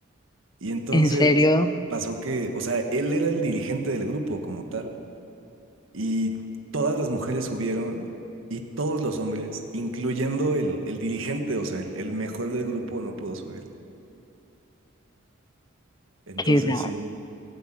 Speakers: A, on the right (about 75°); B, on the left (about 20°).
A: Y entonces
B: En serio,
A: pasó que, o sea, él era el dirigente del grupo como tal, y todas las mujeres subieron y todos los hombres, incluyendo el, el dirigente, o sea, el, el mejor del grupo, no pudo subir. Entonces,
B: qué dar.
A: sí,